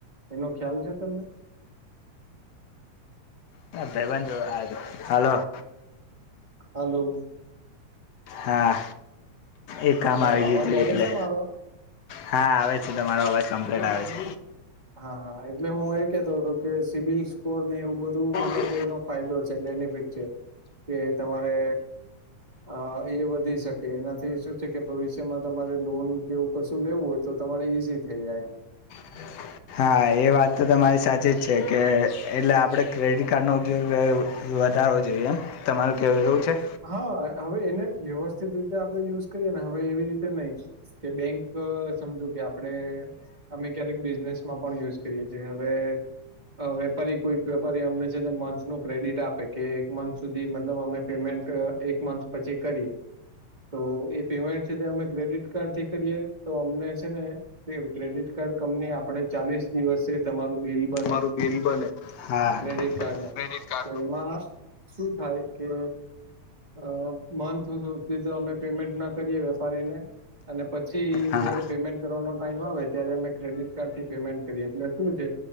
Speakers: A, on the right; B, on the left.
A: એનો ખ્યાલ છે તમને
B: <unintelligible> જો હલો
A: હલો
B: હા એ કામ
A: હા
B: આવી
A: અવાજ
B: ગયુ હતું
A: આવે
B: એટલે
A: છે મારો?
B: હા આવે છે તમારો અવાજ કમ્પ્લીટ આવે છે.
A: હા હા એટલે હું એ કેતો હતો કે સી બિલ સ્કોર ને એવું બધું મતલબ
B: છે.
A: એનો ફાયદો છે બેનિફિટ છે કે તમારે હ એ વધી શકે એનાથી શું છે કે ભવિષ્યમાં તમારે લોન કે એવું કશું લેવું હોય. તો તમારે ઈઝી થઈ જાય એમ
B: <inaudible> હા એ વાત તો તમારી સાચી જ છે કે એટલે આપણે ક્રેડિટ કાર્ડનો ઉપયોગ વધારવો જોઈએ એમ તમારું કેવું એવું છે.
A: હા હવે એને વ્યવસ્થિત રીતે આપણે યુઝ કરીએ ને હવે એવી રીતે નહી કે બેંક સમજો કે આપડે અમે ક્યારેક બિઝનેસ માં પણ યુઝ કરીએ જે હવે હવે વેપારી કોઈક વેપારી અમને છે મંથનું ક્રેડિટ આપે કે એક મંથ સુધી મતલબ અમે પેમેન્ટ એક મથ પછી કરીએ તો એ પેમેન્ટ છે તે અમે ક્રેડિટ કાર્ડ થી કરીએ તો અમને છે ને ક્રેડિટ કાર્ડ કમની આપડે ચાલીસ દિવસે તમારું બિલ બને
B: તમારું બિલ બને હા.
A: ક્રેડિટ કાર્ડ નો
B: ક્રેડિટ કાર્ડનું
A: તો એમાં શું થાય કે અ મંથ હુ સુધી તો અમે પેમેન્ટ ના કરીએ વેપારીને અને પછી
B: હા
A: જયારે પેમેન્ટ કરવાનો ટાઈમ આવે ત્યારે અમે ક્રેડિટ કાર્ડ થી પેમેન્ટ કરીએ એટલે શું છે.